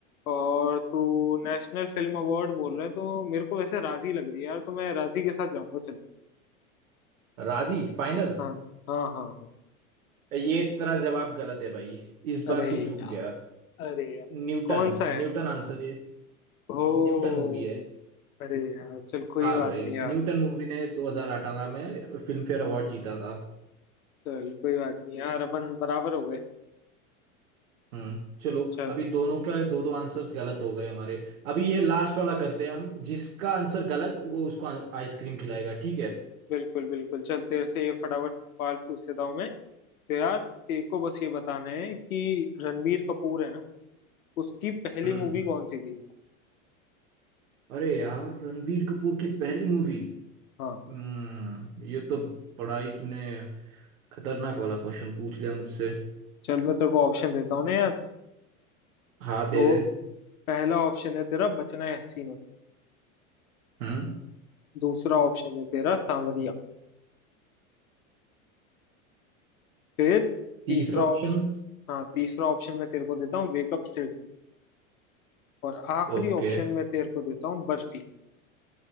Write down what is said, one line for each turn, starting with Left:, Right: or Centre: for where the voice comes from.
Left: और तू नेशनल फिल्म अवार्ड बोल रहा है तो मेरे को वैसे राजी लग रही है यार तो मैं राजी के साथ जाऊंगा चल
Right: राजी फाइनल
Left: हाँ हाँ हाँ हाँ
Right: ये तेरा जवाब गलत है भाई इस
Left: अरे
Right: बार तू
Left: यार
Right: चूक गया
Left: अरे यार
Right: न्यूटन
Left: कौन सा है
Right: न्यूटन आंसर है
Left: ओ
Right: न्यूटन मूवी है
Left: अरे यार चल कोई
Right: हाँ
Left: बात
Right: भाई
Left: नहीं यार
Right: न्यूटन मूवी ने 2018 में फिल्म फेयर अवार्ड जीता था
Left: चल कोई बात नहीं यार अपन बराबर हो गए
Right: हम्म चलो
Left: चल
Right: अभी दोनों का दो दो आंसर्स गलत हो गए हमारे अभी ये लास्ट वाला करते हैं हम जिसका आंसर गलत वो उसको आ- आइसक्रीम खिलाएगा ठीक है
Left: बिल्कुल बिल्कुल चल तेरे से ये फटाफट सवाल पूछ लेता हूँ मैं तो यार तेरे को बस ये बताना है कि रणबीर कपूर है ना उसकी पहली
Right: हम्म
Left: मूवी
Right: हम्म।
Left: कौन सी थी
Right: अरे यार रणबीर कपूर की पहली मूवी
Left: हाँ
Right: हम्म ये तो बड़ा ही तूने खतरनाक वाला क्वेश्चन पूछ लिया मुझसे
Left: चल मैं तेरे को ऑप्शन देता हूँ ना यार
Right: हाँ दे
Left: तो
Right: दे
Left: पहला ऑप्शन है तेरा बचना है हसीनो
Right: हम्म
Left: दूसरा ऑप्शन है तेरा सांवरिया फिर तीसरा
Right: तीसरा ऑप्शन
Left: ऑप्शन हाँ तीसरा ऑप्शन मैं तेरे को देता हूँ वेकअप सिड और आखिरी
Right: ओके
Left: ऑप्शन मैं तेरे को देता हूँ बर्फी